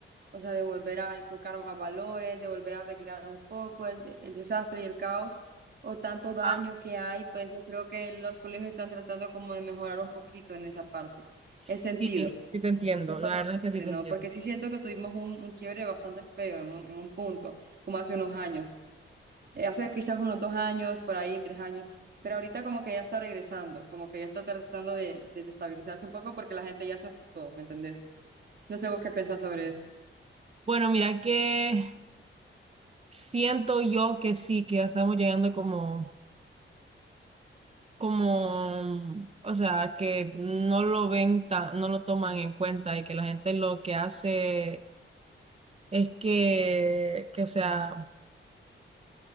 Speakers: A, on the right; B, on the right.
A: o sea, de volver a inculcar más valores, de volver a arreglar un poco el, el desastre y el caos o tanto daño
B: Ah,
A: que hay, pues yo creo que los colegios están tratando como de mejorar un poquito en esa parte, ese
B: sí,
A: sentido.
B: sí te entiendo,
A: Después
B: la
A: del
B: verdad es que
A: quiebre,
B: sí te
A: ¿no?
B: entiendo.
A: Porque sí siento que tuvimos un, un quiebre bastante feo en un, en un punto, como hace unos años eh, hace quizás unos dos años, por ahí tres años, pero ahorita como que ya está regresando, como que ya está tratando de, de, de estabilizarse un poco porque la gente ya se asustó, ¿me entendés? No sé vos qué pensás sobre eso.
B: Bueno, mira que siento yo que sí, que ya estamos llegando como, como, o sea, que no lo ven tan, no lo toman en cuenta y que la gente lo que hace es que, que, o sea,